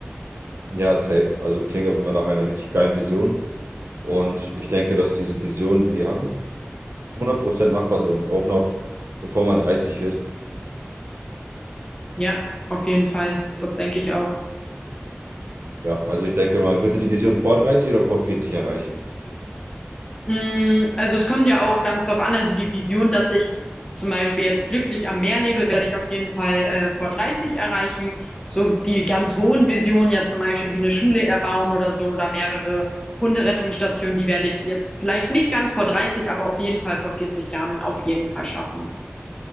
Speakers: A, on the right; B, on the left.
A: Ja, safe. Also klingt auf jeden Fall nach einer richtig geilen Vision. Und ich denke, dass diese Visionen, die wir haben, hundert Prozent machbar sind. Auch noch bevor man 30 wird.
B: Ja, auf jeden Fall. Das denke ich auch.
A: Ja, also ich denke mal, willst du die Vision vor 30 oder vor 40 erreichen?
B: Mm, Also es kommt ja auch ganz drauf an, also die Vision, dass ich zum Beispiel jetzt glücklich am Meer lebe, werde ich auf jeden Fall äh, vor 30 erreichen. So die ganz hohen Visionen, ja zum Beispiel wie eine Schule erbauen oder so oder mehrere Hunderettungsstationen, die werde ich jetzt vielleicht nicht ganz vor 30, aber auf jeden Fall vor 40 Jahren auf jeden Fall schaffen.